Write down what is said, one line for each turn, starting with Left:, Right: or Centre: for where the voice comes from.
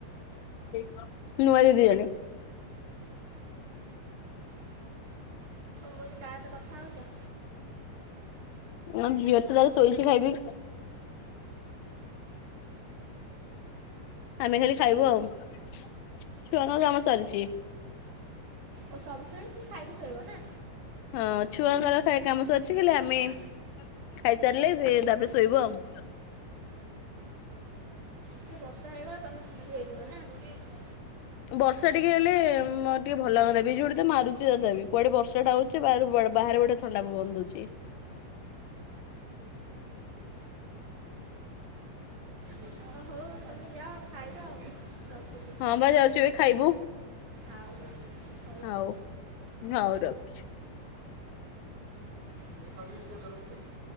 Left: <inaudible> ନୁଆ ଦିଦି ଜଣେ।
Right: ମୁଁ କହିଲି କା ସହ କଥା ହୋଉଚ?
Left: ହ ଝିଅ ତ ତାର ଶୋଇଚି ଖାଇପିଇ କି। ଆମେ ଖାଲି ଖାଇବୁ ଆଉ। ଛୁଆଙ୍କ କାମ ସରିଚି।
Right: ଓ ସବୁସରିଚି ଖାଇକି ଶୋଇବ ନା।
Left: ହଁ ଛୁଆ ଖାଏ କାମ ସରିଚି ହେଲେ ଆମେ
Right: ଓହୋ
Left: ଖାଇ ଚାଲିଲେ ସେ ତାପରେ ଶୋଇବୁ ଆଉ।
Right: ଟିକେ ବର୍ଷା ହେଇଗଲା ତମେ ଖୁସି ହେଇଯିବ ନା।
Left: ବର୍ଷା ଟିକେ ହେଲେ ଟିକେ ମତଟିକେ ଭଲାଗନ୍ତା ବିଜୁଳି ତ ମାରୁଚି ତଥାପି କୁଆଡେ ବର୍ଷା ଟା ହୋଉଚି ବା <unintelligible> ବାହାରେ ବଢିଆ ଥଣ୍ଡା ପବନ ଦୋଉଚି।
Right: ଅ ହଉ ତମେ ଯାଅ ଖାଇବ ଆଉ ରଖୁଚି।
Left: ହଁ ପା ଯାଉଚି ଏଇ ଖାଇବୁ।
Right: ଆଉ
Left: ହଉ ହଉ ରଖୁଚି।
Right: <unintelligible>